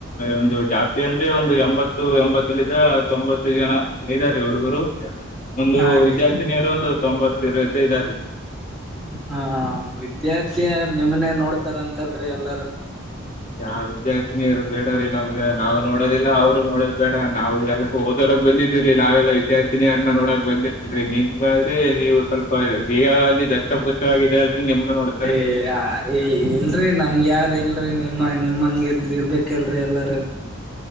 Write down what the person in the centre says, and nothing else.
ಹಾ ರೀ
ಹಾ ವಿದ್ಯಾರ್ಥಿಯರ ನಿಮ್ಮನ್ನೇ ನೋಡ್ತಾರ ಅಂತಲ್ರಿ ಎಲ್ಲಾರು.
ಹೆ ಆ ಹೆ ಇಲ್ಲ. ಡ್ರಿ ನಮಗ ಯಾರ ಇಲ್ರಿ ನಿಮ್ಮ ನಿಮಮ್ಮ ಹಂಗ ಇದ್ರ ಇರ್ಬೇಕಲ್ರರಿ ಎಲ್ಲಾರು.